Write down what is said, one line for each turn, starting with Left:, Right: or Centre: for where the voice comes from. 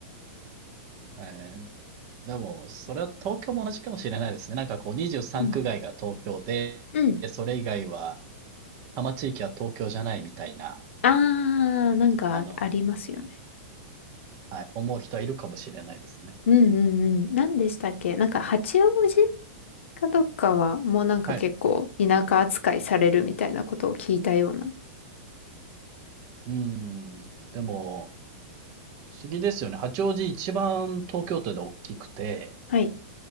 Right: えー、でも、それは東京も同じかもしれないですね。なんかこう23区外が東京で、
Left: うん。うん。
Right: それ以外は、多摩地域は東京じゃないみたいな、
Left: あー、なんかありますよね。
Right: あの、はい、思う人はいるかもしれないですね。
Left: うんうんうん。何でしたっけなんか八王子かどっかは、もうなんか結構田舎扱いされるみたいなことを聞いたような。
Right: はい。うーん。でも、不思議ですよね。八王子一番東京都で大きくて、
Left: はい